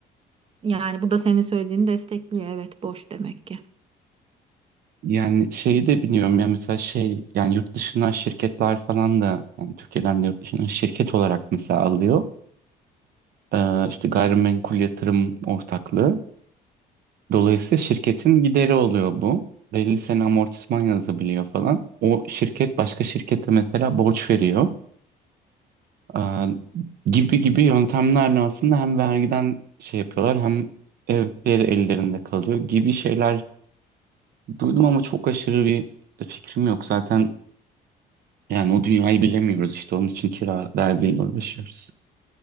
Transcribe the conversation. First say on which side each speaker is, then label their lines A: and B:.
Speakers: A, on the right (about 35°); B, on the right (about 65°).
A: Yani bu da senin söylediğini destekliyor. Evet boş demek ki.
B: Yani şeyi de biliyorum ya mesela şey yani yurt dışından şirketler falan da yani Türkiye'den de yurt dışından şirket olarak mesela alıyor. E, işte gayrimenkul yatırım ortaklığı. Dolayısıyla şirketin gideri oluyor bu. Belli sene amortisman yazabiliyor falan. O şirket başka şirkete mesela borç veriyor. Aa, gibi gibi yöntemlerle aslında hem vergiden şey yapıyorlar hem evleri ellerinde kalıyor gibi şeyler duydum ama çok aşırı bir fikrim yok. Zaten yani o dünyayı bilemiyoruz işte onun için kira derdiyle uğraşıyoruz.